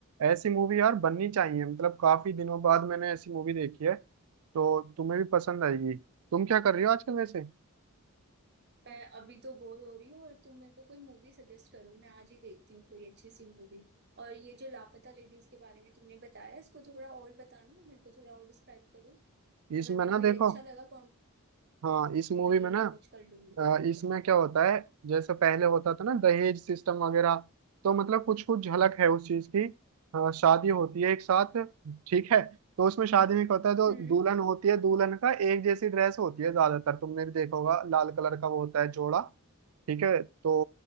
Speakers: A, on the right; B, on the right.
A: ऐसी मूवी यार बननी चाहिए मतलब काफी दिनों बाद मैंने ऐसी मूवी देखी है तो तुम्हें भी पसंद आएगी तुम क्या कर रही हो आजकल वैसे
B: मैं अभी तो बोर हो रही हूँ और तुम मेरे को कोई मूवी सजेस्ट करो मैं आज ही देखती हूँ कोई अच्छी सी मूवी और ये जो लापता लेडीज के बारे में तुमने बताया इसको थोड़ा और बताना मेरे को थोड़ा और डिस्क्राइब करो
A: इसमें
B: अगर मेरे
A: ना
B: को ये
A: देखो
B: अच्छा लगा कौन
A: हाँ इस मूवी
B: तो मैं यही
A: में ना
B: वॉच कर लूंगी
A: अ,
B: फिर
A: इसमें क्या होता है जैसे पहले होता था ना दहेज सिस्टम वगैरह तो मतलब कुछ कुछ झलक है उस चीज की अ, शादी होती है एक साथ ठीक है तो उसमें शादी में क्या होता है जो
B: हम्म
A: दुल्हन होती है दुल्हन का एक जैसी ड्रेस होती है ज्यादातर तुमने भी देखा होगा लाल कलर का वो होता है जोड़ा ठीक है तो